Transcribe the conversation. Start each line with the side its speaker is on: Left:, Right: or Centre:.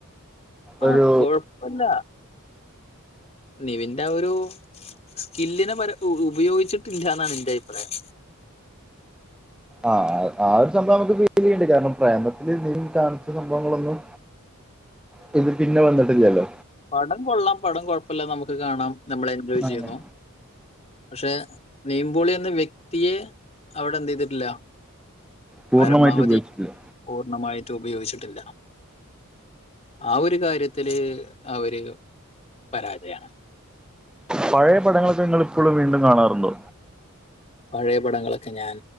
Left: ആഹ്
Centre: ഒരു
Left: കൊഴപ്പല്ല. നിവിന്റ ആ ഒരു സ്കില്ലിനെ പര ഉ ഉപയോഗിച്ചിട്ടില്ലന്നാണ് എന്റെ അഭിപ്രായം.
Centre: ആഹ് ആ ഒരു സംഭവം നമുക്ക് ഫീലയിണ്ട് കാരണം പ്രേമത്തില് നിവിൻ കാണിച്ച സംഭവങ്ങളൊന്നും. പിന്നെ പിന്നെ വന്നിട്ടില്ലല്ലോ.
Left: പടം കൊള്ളാം പടം കൊഴപ്പല്ല നമക്ക് കാണാം നമ്മൾ എൻജോയ്
Centre: അങ്ങനെ
Left: ചെയ്യുന്നു. പക്ഷെ നിവിൻമ്പോളി എന്ന വ്യക്തിയെ. അവിടെ എന്ത് ചെയ്തിട്ടില്ല
Centre: പൂർണ്ണമായിട്ട്
Left: പരമാവതി.
Centre: ഉപയോഗിച്ചിട്ടില്ല
Left: പൂർണമായിട്ട് ഉപയോഗിച്ചിട്ടില്ല ആ ഒരു കാര്യത്തില്. അവര് പരാജയാണ്.
Centre: പഴയ പടങ്ങളൊക്കെ ങ്ങൾ ഇപ്പഴും വീണ്ടും കാണാറുണ്ടോ.
Left: പഴയെ പടങ്ങളൊക്കെ ഞാൻ.